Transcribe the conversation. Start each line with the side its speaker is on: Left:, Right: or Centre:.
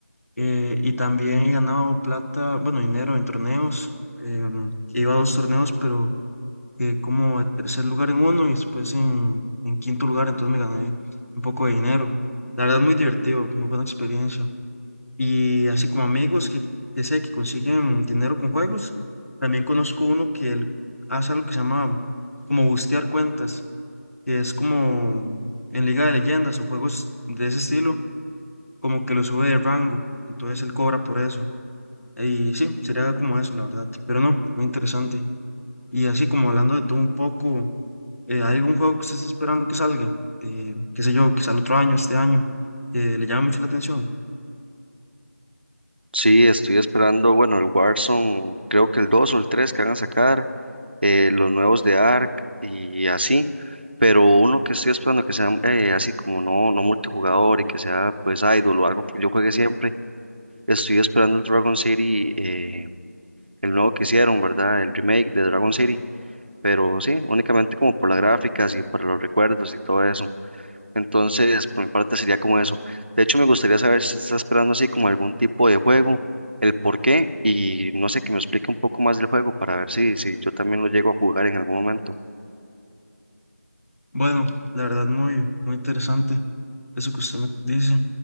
Left: eh, y también he ganado plata, bueno, dinero en torneos. em, iba a dos torneos, pero eh, como en tercer lugar en uno y después en, en quinto lugar, entonces me gané un poco de dinero. La verdad, muy divertido, muy buena experiencia. Y así como amigos que, que sé que consiguen dinero con juegos, también conozco uno que él hace algo que se llama como bustear cuentas, que es como en Liga de Leyendas o juegos de ese estilo, como que lo sube de rango, entonces él cobra por eso. Y sí, sería como eso, la verdad, pero no, muy interesante. Y así como hablando de todo un poco, eh, ¿hay algún juego que usted esté esperando que salga? Eh, qué sé yo, quizá el otro año, este año, que le llama mucho la atención.
Right: Sí, estoy esperando, bueno, el Warzone, creo que el 2 o el 3 que van a sacar, eh, los nuevos de Ark y así, pero uno que estoy esperando que sea eh, así como no, no multijugador y que sea pues idol o algo que yo juegue siempre, estoy esperando el Dragon City, eh, el nuevo que hicieron, ¿verdad? El remake de Dragon City, pero sí, únicamente como por las gráficas y por los recuerdos y todo eso. Entonces, por mi parte sería como eso. De hecho, me gustaría saber si está esperando así como algún tipo de juego, el por qué y no sé, que me explique un poco más del juego para ver si, si yo también lo llego a jugar en algún momento.
Left: Bueno, la verdad muy, muy interesante. eso que usted me dice.